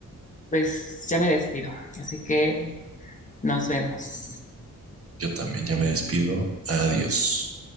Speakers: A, on the left; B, on the right.
A: Pues ya me despido, así que nos vemos.
B: yo también ya me despido. Adiós.